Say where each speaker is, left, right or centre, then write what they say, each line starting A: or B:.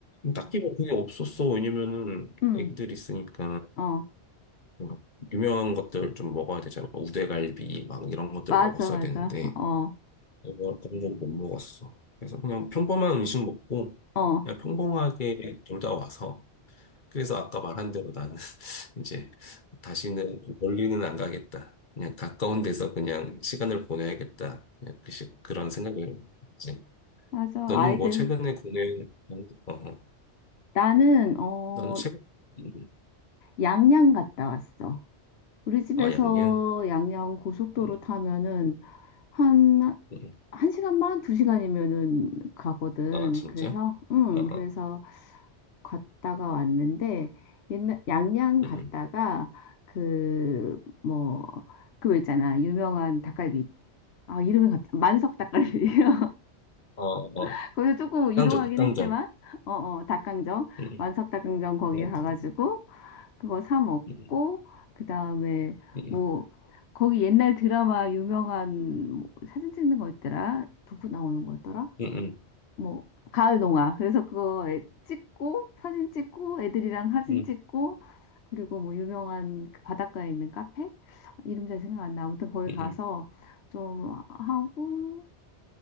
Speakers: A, on the left; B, on the left.
A: 딱히 뭐 그게 없었어. 왜냐면은
B: 음,
A: 애기들 있으니까
B: 어,
A: 막 유명한 것들 좀 먹어야 되잖아. 우대갈비 막 이런 것들
B: 맞아,
A: 먹었어야
B: 맞아,
A: 되는데
B: 어,
A: 그거- 그런 거 못 먹었어. 그래서 그냥 평범한 음식 먹고
B: 어,
A: 그냥 평범하게 놀다 와서 그래서 아까 말한 대로 나는 이제 다시는 멀리는 안 가겠다. 그냥 가까운 데서 그냥 시간을 보내야겠다. 그냥 그 시- 그런 생각을 했지?
B: 맞아,
A: 너는
B: 아이들.
A: 뭐 최근에 국내 어, 어.
B: 나는, 어,
A: 너는 최근 음. 음.
B: 양양 갔다 왔어. 우리 집에서
A: 아 양양
B: 양양 고속도로
A: 음,
B: 타면은 한,
A: 음. 음.
B: 한 시간만, 두 시간이면은 가거든.
A: 아 진짜
B: 그래서, 음,
A: 어, 어.
B: 그래서 갔다가 왔는데 옛날 양양 갔다가
A: 음, 음.
B: 그 뭐 그거 있잖아 유명한 닭갈비 아 이름이 갑자기 만석 닭갈비예요
A: 어, 어.
B: <laughs> 거기서 조금 이동하긴
A: 닭강정 닭강정
B: 했지만 어어 닭강정
A: 음,
B: 만석 닭강정 거기
A: 음. 어,
B: 가가지고
A: 닭강정
B: 그거 사 먹고
A: 음,
B: 그 다음에
A: 음.
B: 뭐 거기 옛날 드라마 유명한 뭐 사진 찍는 거 있더라 누구 나오는 거였더라
A: 음, 음.
B: 뭐 가을 동화. 그래서 그거 애- 찍고 사진 찍고 애들이랑 사진
A: 음, 음,
B: 찍고 그리고 뭐 유명한 그 바닷가에 있는 카페 이름 잘 생각 안 나. 아무튼 거기
A: 음.
B: 가서
A: 음.
B: 좀 하고